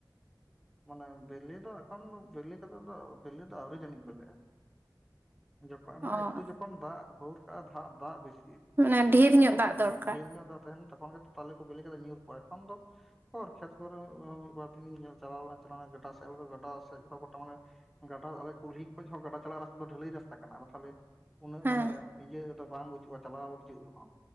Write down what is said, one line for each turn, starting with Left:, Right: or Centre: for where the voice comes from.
Centre: ᱢᱟᱱᱮ ᱵᱮᱞᱮ ᱫᱚ ᱮᱠᱷᱚᱱ ᱫᱚ ᱵᱮᱞᱮ ᱠᱟᱛᱮ ᱫᱚ ᱵᱮᱞᱮ ᱫᱚ ᱟᱹᱣᱨᱤ ᱡᱟᱹᱱᱤᱡ ᱵᱮᱞᱮᱜᱼᱟ ᱡᱚᱠᱷᱚᱱ
Right: ᱚ
Centre: ᱢᱟᱱᱮ ᱮᱠᱴᱩ ᱡᱚᱠᱷᱚᱡ ᱫᱟᱜ ᱜᱷᱨ ᱠᱟᱜᱼᱟ ᱫᱟᱜ ᱫᱟᱜ ᱵᱮᱥᱤ
Right: ᱚᱱᱟ
Centre: ᱵᱮᱥᱤ ᱛᱟᱦᱮᱱᱟ
Right: ᱰᱷᱮᱨ ᱧᱚᱜ
Centre: ᱛᱚᱠᱷᱚᱱ
Right: ᱫᱟᱜ ᱫᱚᱨᱠᱟᱨ
Centre: ᱦᱮᱸ ᱰᱷᱮᱨ ᱧᱚᱜ ᱫᱟᱜ ᱛᱟᱦᱮᱱᱟ ᱛᱚᱠᱷᱚᱱ ᱜᱮ ᱛᱚ ᱛᱟᱞᱮ ᱠᱚ ᱵᱮᱞᱤ ᱠᱟᱛᱮ ᱧᱩᱨ ᱠᱚᱜᱼᱟ ᱮᱠᱷᱚᱱ ᱫᱚ ᱦᱚᱨ ᱠᱷᱮᱛ ᱠᱚᱨᱮ ᱦᱚ ᱸ, ᱢᱤᱫ ᱵᱟᱨ ᱫᱤᱱ ᱧᱮᱞ ᱪᱟᱞᱟᱣ ᱞᱮᱱᱟ ᱾ ᱜᱟᱰᱟ ᱥᱮᱫ ᱨᱮᱫᱚ, ᱜᱟᱰᱟ ᱥᱮᱫ ᱨᱮᱫᱚ ᱜᱚᱴᱟ ᱾ ᱢᱟᱱᱮ ᱜᱟᱰᱟ,, ᱟᱞᱮ ᱠᱩᱞᱦᱤ ᱠᱷᱚᱡ ᱦᱚᱸ, ᱜᱟᱰᱟ ᱪᱟᱞᱟᱜ ᱨᱟᱥᱛᱟ ᱫᱚ, ᱰᱷᱟᱹᱞᱟ. ᱭ ᱨᱟᱥᱛᱟ ᱠᱟᱱᱟ ᱾ ᱟᱫᱚ ᱛᱟᱦᱞᱮ ᱩᱱᱟᱹᱜ
Right: ᱦᱮᱸ
Centre: ᱢᱟᱱᱮ ᱤᱭᱟᱹ ᱫᱚ ᱵᱟᱝ ᱵᱩᱡᱩᱜ-ᱟ ᱪᱟᱞᱟᱣ ᱦᱤᱡᱩᱜ ᱨᱮᱦᱚᱸ